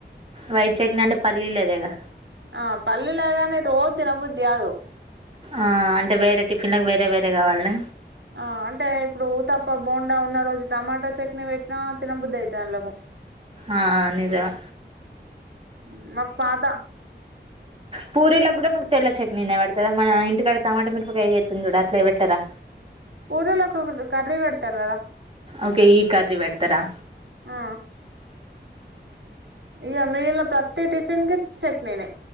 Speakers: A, on the right (about 30°); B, on the right (about 75°).
A: వైట్ చట్నీ అంటే పల్లీలేదేగా
B: ఆ పల్లీలే గని రోజ్ తినబుద్ది గాదు
A: ఆ అంటే వేరే టిఫిన్లకి వేరే వేరే గావాల్న
B: ఆ అంటే ఇప్పుడు ఊతప్ప బొండా ఉన్న రోజు టమాటా చట్నీ పెట్టినా తినబుద్ది అయితది అల్లకు
A: ఆ నిజమే
B: మ్ మాకు పాత
A: పూరిలగ్గుడా మీకు తెల్ల చట్నీనే పెడుతదా మన ఇంటికాడ టమాటా మీరపకాయ చేత్తుండి జూడు అట్ల పెట్టరా
B: పూరిలకు ఒక కర్రీ పెడతరు కదా
A: ఓకే ఈ కర్రీ పెడతరా
B: ఆ ఇగ మిగిల్న ప్రతి టిఫిన్ కి చట్నీనె